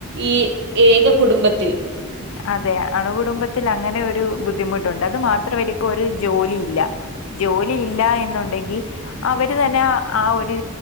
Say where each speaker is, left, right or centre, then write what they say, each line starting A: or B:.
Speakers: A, on the right; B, on the left.
A: ഈ ഏക കുടുംബത്തിൽ
B: അതെ <inaudible> അതെ അണുകുടുംബത്തിൽ അങ്ങനെ ഒരു ബുദ്ധിമുട്ടുണ്ട് അത് മാത്രമല്ല ഇപ്പെരു ജോലി ഇല്ല ജോലിയില്ല എന്നുണ്ടെങ്കിൽ അവര് തന്നെ ആ ഒര്